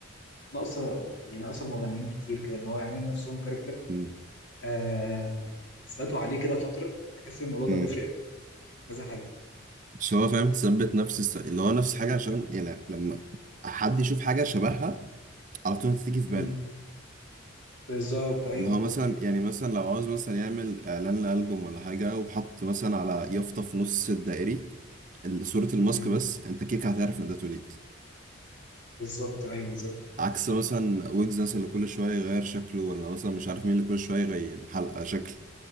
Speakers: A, on the left; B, on the right.
A: ناقصه يعني ناقصه مغنيين كتير كده ان هو يعملوا نفسهم كاركتر
B: امم
A: آه يثبتوا عليه كده فتره بحس الموضوع ده
B: امم
A: بيفرق كذا حد
B: مش هو فاهم تثبت نفس الس... اللي هو نفس حاجة عشان يعني لما حد يشوف حاجة شبهها على طول هتيجي في
A: امم
B: باله
A: بالظبط ايوه
B: اللي هو
A: بالظبط
B: مثلا
A: كده
B: يعني مثلا لو عاوز مثلا يعمل إعلان لألبوم ولا حاجة وحط مثلا على يافطة في نص الدائري ال- صورة الماسك
A: امم
B: بس أنت كيك هتعرف إن ده توليد
A: بالظبط ايوه بالظبط
B: عكس مثلا ويجز مثلا اللي كل شوية يغير شكله ولا مثلا مش عارف مين اللي كل شوية يغير حلقة شكل